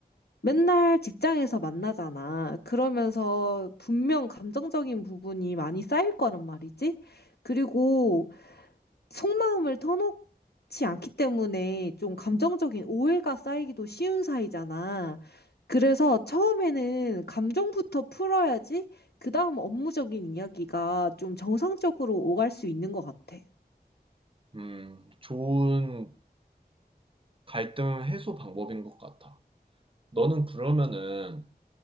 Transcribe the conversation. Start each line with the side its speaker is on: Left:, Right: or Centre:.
Left: 맨날 직장에서 만나잖아. 그러면서 분명 감정적인 부분이 많이 쌓일 거란 말이지. 그리고 속마음을 터놓지 않기 때문에 좀 감정적인 오해가 쌓이기도 쉬운 사이잖아. 그래서 처음에는 감정부터 풀어야지 그다음 업무적인 이야기가 좀 정상적으로 오갈 수 있는 것 같아.
Right: 음, 좋은 갈등 해소 방법인 것 같아. 너는 그러면은